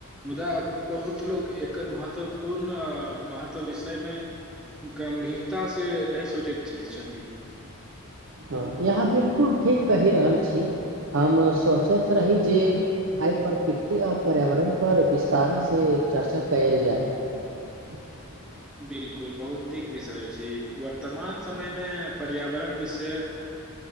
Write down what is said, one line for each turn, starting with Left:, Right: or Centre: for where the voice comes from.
Centre: मुदा बहुत लोक एकर महत्वपूर्ण महत्व विषयमे गंभीरता से नहि सोचैत छै छथि
Right: ह यहाँ बिलकुल ठीक कहि रहल छी हम सोचैत रही जे आइ प्रकृति आर पर्यावरण पर विस्तारा से चर्चा कयल जाय <unintelligible>
Centre: बिलकुल बहुत नीक विषय छी वर्तमान समयमे पर्यावरण विषयक